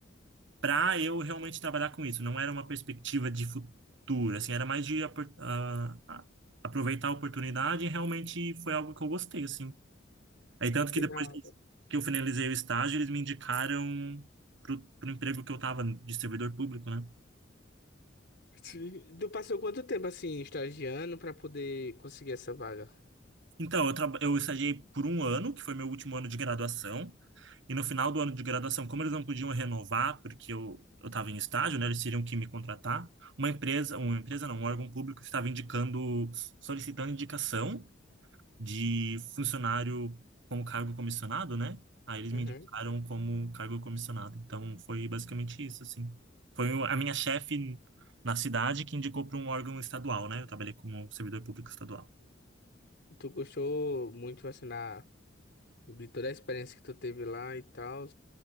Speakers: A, on the right; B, on the left.
A: para eu realmente trabalhar com isso. Não era uma perspectiva de futuro, assim. Era mais de apor- ah, ah, aproveitar a oportunidade e realmente foi algo que eu gostei, assim. Aí tanto
B: Que
A: que depois
B: da
A: que
B: hora.
A: que eu finalizei o estágio, eles me indicaram pro, pro emprego que eu tava de servidor público, né?
B: Sim. Tu passou quanto tempo assim, estagiando pra poder conseguir essa vaga?
A: Então, eu, traba- eu estagiei por um ano, que foi meu último ano de graduação, e no final do ano de graduação, como eles não podiam renovar, porque eu eu estava em estágio, né, eles teriam que me contratar, uma empresa, uma empresa não, um órgão público estava indicando, solicitando indicação de funcionário como cargo comissionado, né? Aí eles
B: Uhum.
A: me indicaram como cargo comissionado. Então, foi basicamente isso, assim. Foi o- a minha chefe na cidade que indicou para um órgão estadual, né? Eu trabalhei como servidor público estadual.
B: Tu gostou muito assim na, de toda a experiência que tu teve lá e tal?